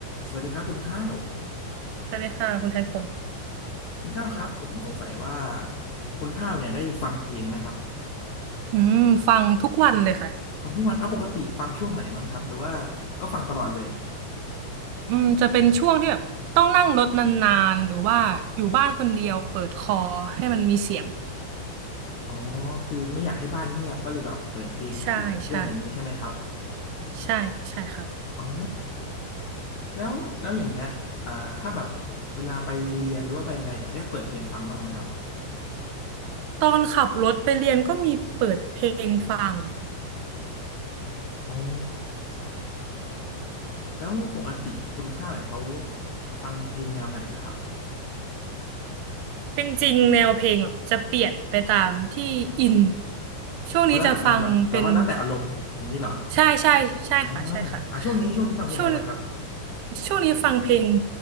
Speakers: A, on the left; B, on the right.
A: สวัสดีครับคุณข้าว
B: สวัสดีค่ะคุณไทฝุ่น
A: คุณข้าวครับผมสงสัยว่าคุณข้าวเนี่ยได้ฟังเพลงไหมครับ
B: อืมฟังทุกวันเลยค่ะ
A: ฟังทุกวันอ่ะปกติฟังช่วงไหนบ้างครับหรือว่าก็ฟังตลอดเลย
B: อืมจะเป็นช่วงที่แบบต้องนั่งรถนานๆหรือว่าอยู่บ้านคนเดียวเปิดคอให้มันมีเสียง
A: อ๋อคือไม่อยากให้บ้านเงียบก็เลยแบบเปิดเพลงอยู่เพื่อนอย่างนี้ใช่ไหมครับ
B: ใช่ใช่ใช่ใช่ค่ะ
A: อ๋อแล้วแล้วอย่างเงี้ยอ่าถ้าแบบเวลาไปเรียนหรือว่าไปอะไรเนี่ยได้เปิดเพลงฟังบ้างไหมครับ
B: ตอนขับรถไปเรียนก็มีเปิดเพลงฟัง
A: อ๋อแล้วปกติคุณข้าวเนี่ยเขาฟังเพลงแนวไหนล่ะครับ
B: จริงๆแนวเพลงแบบจะเปลี่ยนไปตามที่อินช่วงนี้จะฟังเป็น
A: อ๋อแล้วมันแบบแบบว่าแล้วแต่อารมณ์อย่างนี้เหรอ
B: ใช่ใช่ใช่ค่ะใช่ค่ะ
A: อ่าอ่ะช่วงนี้ช่วงนี้ฟังเพลงอะไรบ้างครับ
B: ช่วงช่วงนี้ฟังเพลง